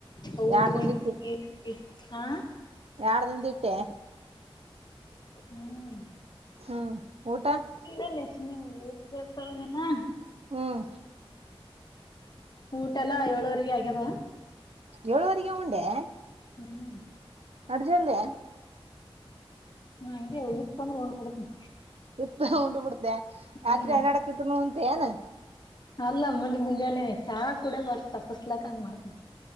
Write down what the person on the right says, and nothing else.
ಯಾಡ್
ದಿಂದ್
ಯಾರ್ ದಿಂದ ಇಟ್ಟೆ
ಹ್ಮ್ ಊಟ?
ಹ್ಮ್
ಏಳುವರೆಗೆ ಉಂಡೆಯಾ?
ಅರ್ಜು ಯಾಲ್ಯ
ಿಸತ ಉಂಡ್ ಬಿಡ್ತೆ ರಾತ್ರಿ
ಅನಾ <unintelligible> ಡಕತ್ನು ಅಂತೆ ಏನ್